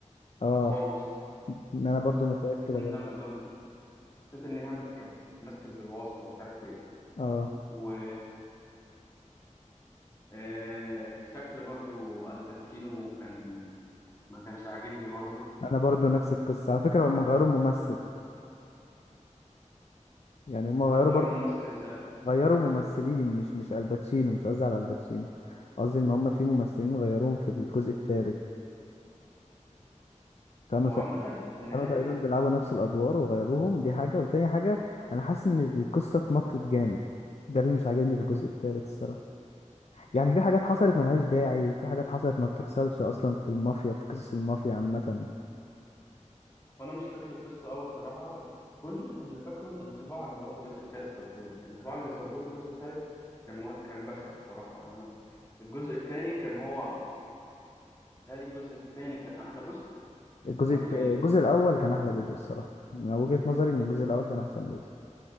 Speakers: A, on the left; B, on the left.
A: اه
B: خالص
A: ان انا برضو
B: حسيت
A: مش شايف كده
B: ان
A: برضو
B: ده قدام حسيت ان هي بت- كانت بتمثل بالواسطه مش عارف ليه
A: اه
B: و آه، شكل برضه الباتشينو كان ما كانش عاجبني برضه
A: انا برضو نفس القصة على فكرة هم غيروا الممثل يعني هم غيروا
B: غيروا
A: برضو
B: الممثل ازاي
A: غيروا ممثلين مش مش الباتشينو مش قصدي على الباتشينو قصدي ان هم في ممثلين غيروهم في الجزء الثالث كانوا
B: هو
A: تق-
B: عامه النهايه
A: كانوا تقريبا بيلعبوا نفس الادوار وغيروهم دي حاجه وتاني حاجه انا حاسس ان القصه اتمطت جامد ده اللي مش عاجبني في الجزء الثالث الصراحه يعني في حاجات حصلت ملهاش داعي وفي حاجات حصلت ما بتحصلش اصلا في المافيا في قصص المافيا عامه
B: وانا مش فاكر القصه قوي بصراحه بس كل اللي فاكره الانطباع اللي هو الجزء الثالث سابهولي الانطباع اللي سابهولي الجزء الثالث كان و... كان بشع بصراحه يعني الجزء الثاني كان هو هل الجزء الثاني كان احلى جزء
A: الجزء
B: ولا
A: الت- الجزء
B: ايه
A: الاول كان احلى جزء الصراحه من وجهه نظري ان الجزء الاول كان احسن جزء